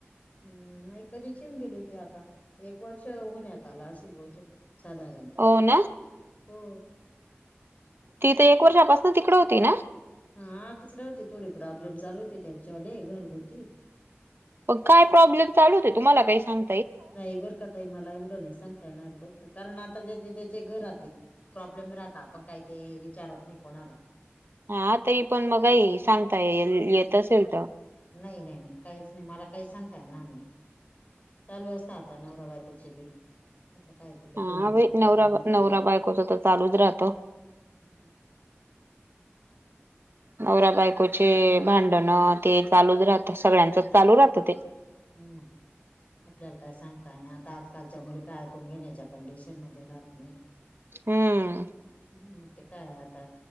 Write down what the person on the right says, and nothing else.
हो ना
ती तर एक वर्षापासून तिकडं होती ना
ग काय प्रॉब्लेम चालू हो तुमला काही सांग
हा तरी पण मग काही सांगता येईल येत असेल तर
हा
बाई
नवरा
नवरा बायकोच तर चालूच राहतो
नवरा बायकोचे भांडण ते चालूच राहत सगळ्यांचच चालू राहतं ते
हम्म